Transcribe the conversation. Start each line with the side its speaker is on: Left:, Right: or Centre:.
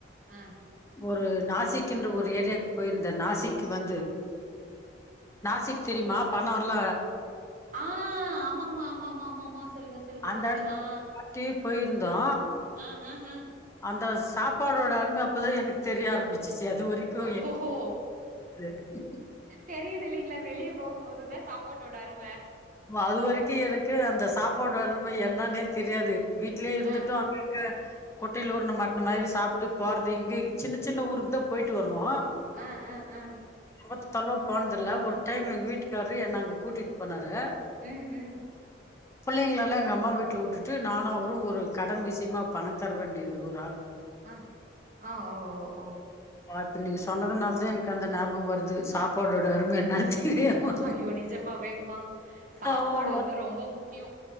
Right: ஆ
Left: ஒரு நாசிகின்ற ஒரு ஏரியாவுக்கு போயிருந்த நாசிக்கு வந்து நாசிக் தெரியுமா பண்ணம்ல
Right: ஆ ஆமாங்க்மா ஆமாஆமா ஆமாமா சொல்லுங்க சொல்லுங்க
Left: அந்த
Right: சொல்லுங்க
Left: எடத்து
Right: ஆ
Left: வாட்டி போயிருந்தோ
Right: ஆ ஆ ஆ
Left: அந்த சாப்பாடோட அரும அப்போதா எனக்கு தெரிய ஆரம்பிச்சு சரி அது வரைக்கு
Right: ஓஹோஹோ
Left: <unintelligible>
Right: தெரியுது இல்லைங்களா வெளிய போகும்போது தா சாப்பாட்டோடா அரும்
Left: அதுவரைக் கி எனக்கு அந்த சாப்பாடு அறும என்னனே தெரியாது வீட்லேயே இருந்துட்டு
Right: ஆ
Left: அங்க இங்க குட்டையையில ஊர்ன மட்ட மாதிரி சாப்பிட்டு போறது இங்க சின்ன சின்ன ஊருக்கு தா போயிட்டு வருவோ
Right: ஆ ஆ ஆ
Left: ரொம்பத்தளவா போனதுல ஒரு டைம் எங்க வீட்டுக்காரரு என்ன அங்க கூட்டிட் பண்ணாரு
Right: ம் ம்
Left: புள்ளைங்கைள்ளாம் எங்க அம்மா வீட்ல வுட்டுட்டு நானும் அவுரும் ஒரு கடன் விஷயமா பணம் தர வேண்டியது இரு
Right: அ ஆ ஓ ஓ ஓ
Left: வாழ்த்துனு நீ சொன்னதுனால தான் எனக்கு அந்த ஞாபகம் வருது சாப்பாடறோத அருமை என்ன தெரியாம
Right: ஹ ஐயோ நிஜமாவே மா சாப்பாடு
Left: ஆமா
Right: வந்து ரொம்ப முக்கியம்